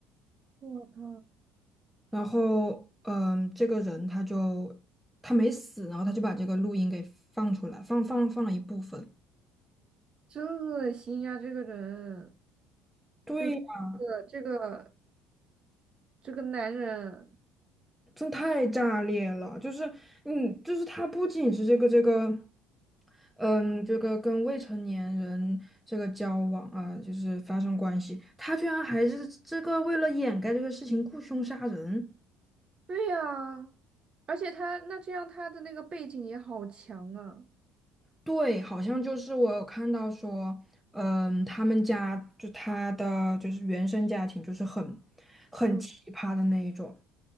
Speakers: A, on the right; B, in the centre.
A: 我操，
B: 然后嗯这个人他就他没死，然后他就把这个录音给放出来，放放放了一部分。
A: 真恶心呀、这个人，
B: 对
A: 就这个这个这个男人，
B: 真太炸裂了！就是，嗯，就是他不仅是这个这个，嗯，这个跟未成年人这个交往啊，就是发生关系，他居然还是这个为了掩盖这个事情雇凶杀人。
A: 对呀、而且他那这样他的那个背景也好强啊，
B: 对，好像就是我有看到说，嗯，他们家就他的就是原生家庭就是很很奇葩的那一种。
A: 嗯。